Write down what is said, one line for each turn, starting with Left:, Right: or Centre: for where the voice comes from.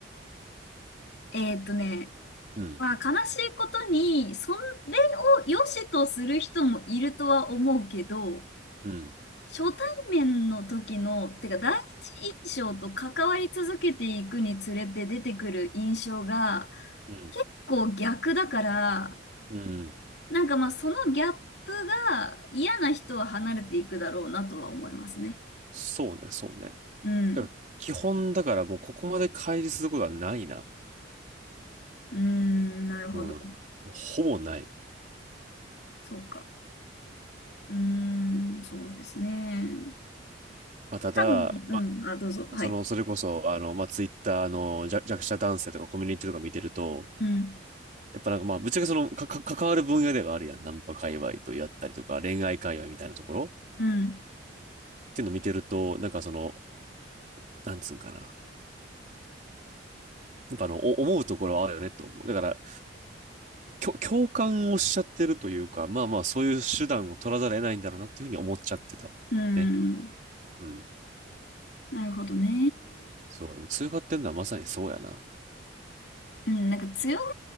Left: えーっとね、
Right: う。うん、
Left: まあ、悲しいことに、それを良しとする人もいるとは思うけど、
Right: うん、
Left: 初対面の時の、てか、第一印象と関わり続けていくにつれて出てくる印象が、
Right: うん、
Left: 結構逆だから、
Right: うん。
Left: なんかまあそのギャップが嫌な人は離れていくだろうなとは思いますね。
Right: そうね、そうね。
Left: うん。
Right: だから、基本だからもうここまで乖離することはないな。
Left: うーん、なるほど。
Right: うん。もうほぼない。
Left: そうか。うーん、そうですね。
Right: まあ、ただ、
Left: 多分、うん、
Right: ま
Left: あ、どうぞ。
Right: あ、
Left: はい。
Right: その、それこそ、あの、まあ、ツイッターの弱、弱者男性とかコミュニティとか見てると、
Left: うん、
Right: やっぱなんかまあ、ぶっちゃけその、か、か、関わる分野ではあるやん。ナンパ界隈とやったりとか、恋愛界隈みたいなところ
Left: うん、
Right: っていうの見てると、なんかその、なんつうんかな。やっぱあの、思うところはあるよねと思う。だから、共感をしちゃってるというか、まあまあ、そういう手段を取らざるを得ないんだろうなっていうふうに思っちゃってた。
Left: うん。
Right: ね。うん。
Left: なるほどね。
Right: そう。でも通過ってんのはまさにそうやな。
Left: うん、なんか強がっ